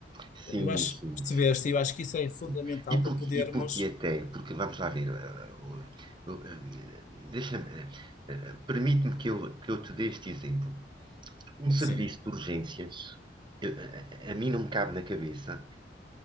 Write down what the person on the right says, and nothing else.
Sim,
sim,
sim, sim.
Sim. E porquê,
e porquê até? Porque vamos lá ver, eh, o- o- eh, deixa-me, eh, eh, permite-me que eu, que eu te dê este exemplo. Um serviço
de urgências, eu- a, a- a mim não me cabe na cabeça